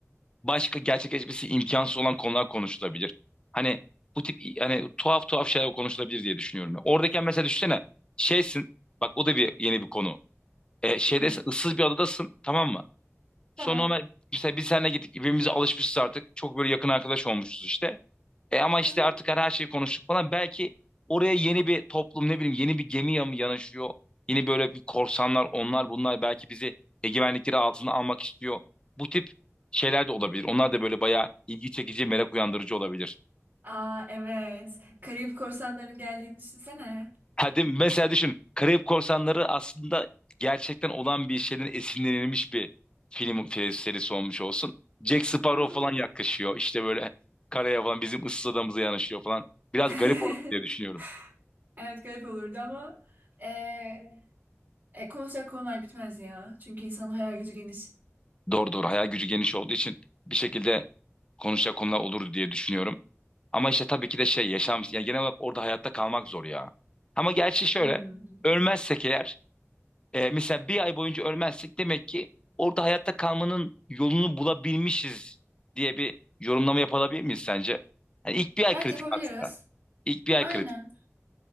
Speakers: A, on the left; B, on the right.
A: başka gerçekleşmesi imkansız olan konular konuşulabilir. Hani bu tip hani tuhaf tuhaf şeyler konuşulabilir diye düşünüyorum. Oradayken mesela düşünsene şeysin bak o da bir yeni bir konu. E, şeyde
B: Hı,
A: ıssız bir adadasın tamam mı?
B: tamam.
A: Sonra Ömer mesela biz seninle gittik birbirimize alışmışız artık. Çok böyle yakın arkadaş olmuşuz işte. E ama işte
B: Hı hı.
A: artık her, her şeyi konuştuk falan. Belki oraya yeni bir toplum ne bileyim yeni bir gemi yan- yanaşıyor. Yeni böyle bir korsanlar onlar bunlar belki bizi egemenlikleri altına almak istiyor. Bu tip şeyler de olabilir. Onlar da böyle bayağı ilgi çekici, merak uyandırıcı olabilir.
B: Aa evet. Karayip korsanlarının geldiğini düşünsene.
A: Hadi mesela düşün. Karayip Korsanları aslında gerçekten olan bir şeyden esinlenilmiş bir film, film serisi olmuş olsun. Jack Sparrow
B: Hı hı.
A: falan yaklaşıyor. İşte böyle karaya falan bizim ıssız adamıza yanaşıyor falan. Biraz
B: <laughs>
A: garip olur diye düşünüyorum.
B: Evet garip olurdu ama ee, e, konuşacak konular bitmez ya. Çünkü insanın hayal gücü geniş.
A: Doğru doğru hayal gücü geniş olduğu için bir şekilde konuşacak konular olurdu diye düşünüyorum. Ama işte tabii ki de şey yaşam yani genel olarak orada hayatta kalmak zor ya. Ama gerçi şöyle
B: Hmm.
A: ölmezsek eğer E, mesela bir ay boyunca ölmezsek demek ki orada hayatta kalmanın yolunu bulabilmişiz diye bir yorumlama yapabilir miyiz sence? Yani ilk bir ay
B: Evet
A: kritik
B: yapabiliriz.
A: aslında. İlk bir ay
B: Aynen.
A: kritik.